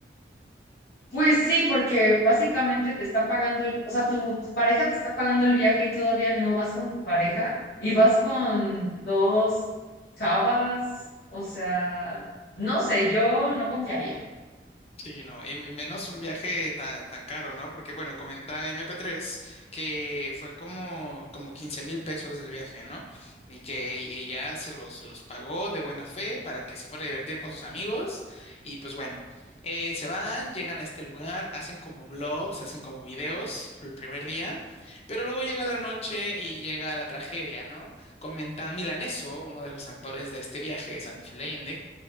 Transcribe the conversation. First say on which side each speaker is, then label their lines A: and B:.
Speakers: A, on the left; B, on the left.
A: Pues sí, porque básicamente te están pagando el, o sea, tu, tu pareja te está pagando el viaje y todavía no vas con tu pareja y vas con dos chavas, o sea, no sé, yo no confiaría.
B: Sí, no, y menos un viaje tan, tan caro, ¿no? Porque, bueno, comenta MP3 que fue como, como quince mil pesos del viaje, ¿no? Y que e- ella se los, se los pagó de buena fe para que se fuera a divertir con sus amigos. Y pues bueno, eh, se van, llegan a este lugar, hacen como vlogs, hacen como videos el primer día, pero luego llega la noche y llega la tragedia, ¿no? Comenta Milaneso, uno de los actores de este viaje, San Leyende,